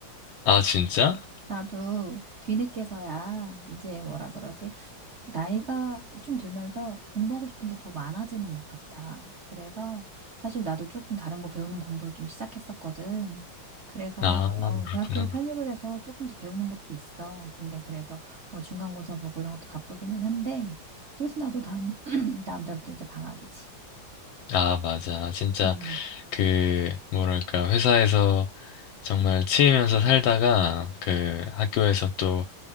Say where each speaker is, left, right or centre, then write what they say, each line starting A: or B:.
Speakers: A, on the left; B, on the right.
A: 아, 진짜?
B: 나도 뒤늦게서야 이제 뭐라 그러지? 나이가 좀 들면서 공부하고 싶은 게 더 많아지는 것 같아. 그래서 사실 나도 조금 다른 거 배우는 공부를 좀 시작했었거든. 그래서
A: 아,
B: 어,
A: 그렇구나.
B: 대학교에 편입을 해서 조금 더 배우는 것도 있어. 근데 그래서 뭐 중간고사 보고 이런 것도 바쁘기는 한데 그래서 나도 다음 <clears throat> 다음 달부터 이제 방학이지.
A: 아, 맞아. 진짜
B: 음.
A: 그 뭐랄까 회사에서 정말 치이면서 살다가 그 학교에서 또